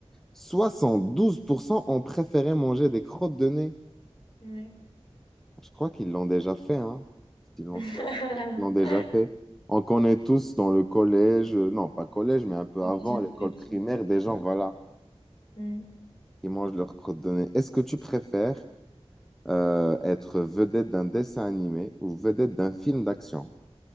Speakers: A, in the centre; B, on the left.
A: 72% ont préféré manger des crottes de nez.
B: ouais.
A: Je crois qu'ils l'ont déjà fait, hein? Ils l'ont
B: <laughs>
A: choisi. Ils l'ont déjà fait. On connaît tous dans le collège, euh, non pas collège, mais un peu
B: Dans
A: avant,
B: un
A: l'école
B: petit.
A: primaire, des gens, voilà,
B: Hmm.
A: qui mangent leurs crottes de nez. Est-ce que tu préfères euh, être vedette d'un dessin animé ou vedette d'un film d'action?